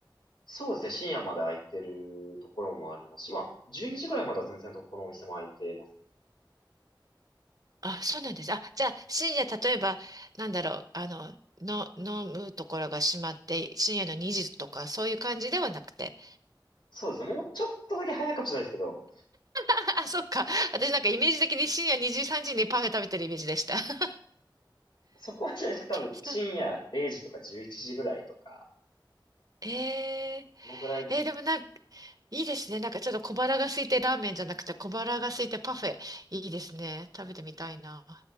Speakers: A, on the left; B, on the right.
A: そうですね、深夜まで空いてるところもありますし、まあ、12時ぐらいまでは全然どこのお店も空いてます。
B: あ、そうなんです。あ、じゃあ深夜、例えば、なんだろう、あの、の、飲むところが閉まって、深夜の2時とか、そういう感じではなくて。
A: そうですね、もうちょっとだけ早いかもしれないですけど、
B: <laughs> あ、そっか。私なんかイメージ的に深夜2時、3時にパフェ食べてるイメージでした。<laughs>
A: そこはじゃないですけど、多分深夜0時とか11時ぐらいとか、
B: そえー、
A: そのぐらいですかね。
B: えーでもなんか、いいですね。なんかちょっと小腹が空いてラーメンじゃなくて小腹が空いてパフェ。いいですね。食べてみたいな。